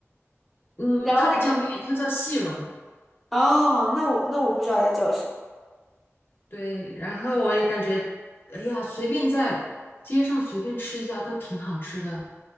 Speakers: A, on the left; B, in the centre.
A: 嗯，
B: 然后那个
A: 它不叫面，它叫细蓉。
B: 哦，那我那我不知道它叫什么，
A: 对，然后我也感觉，哎呀，随便在街上随便吃一家都挺好吃的。